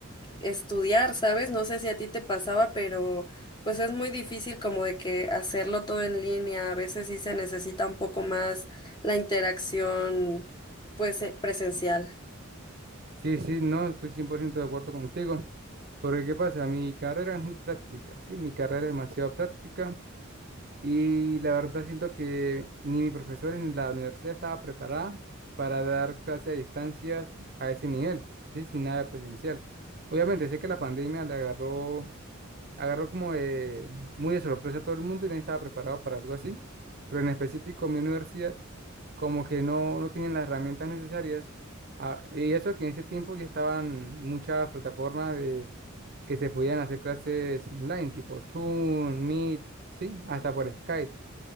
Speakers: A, on the left; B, on the right.
A: estudiar, ¿sabes? No sé si a ti te pasaba, pero pues es muy difícil como de que hacerlo todo en línea. A veces sí se necesita un poco más la interacción, pues, eh, presencial.
B: Sí, sí, no, estoy 100% de acuerdo contigo. Porque, ¿qué pasa? Mi carrera es muy práctica, sí, mi carrera es demasiado práctica y la verdad siento que ni mis profesores ni la universidad estaba preparada para dar clases a distancias a ese nivel, sí, sin nada presencial. Obviamente sé que la pandemia le agarró, agarró como de- muy de sorpresa a todo el mundo y nadie estaba preparado para algo así, pero en específico mi universidad como que no, no tienen las herramientas necesarias. Ah, y eso que en ese tiempo ya estaban muchas plataformas de, que se podían hacer clases online, tipo Zoom, Meet, sí, hasta por Skype.